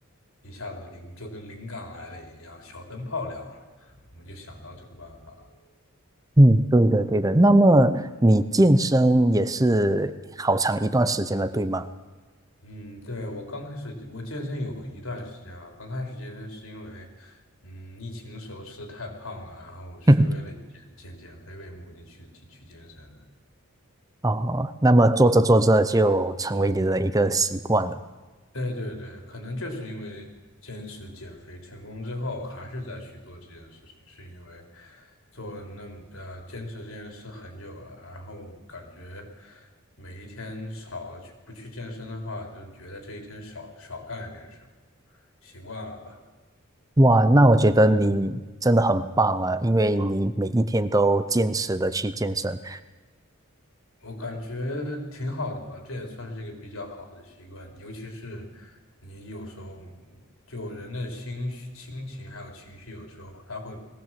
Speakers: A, on the left (about 75°); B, on the right (about 15°).
A: 一下子灵就跟灵感来了一样，小灯泡亮了，我们就想到这个办法了。
B: 嗯，对的对的。那么你健身也是好长一段时间了，对吗？
A: 嗯，对，我刚开始我健身有一段时间啊，刚开始健身是因为，嗯，疫情时候吃的太胖了，然后是为了减减减肥为目的去去去健身的。
B: <laughs> 哦，那么做着做着就成为你的一个习惯了。
A: 对对对，可能就是因为坚持减肥成功之后，还是再去做这件事情，是因为做了那么的坚持这件事很久了，然后感觉每一天少了去不去健身的话，就觉得这一天少少干一点事，习惯了吧。
B: 哇，那我觉得你真的很棒啊，因为你每一天都坚持的去健身。
A: 我感觉挺好的吧，这也算是一个比较好的习惯，尤其是你有时候嗯就人的心绪心情还有情绪，有时候他会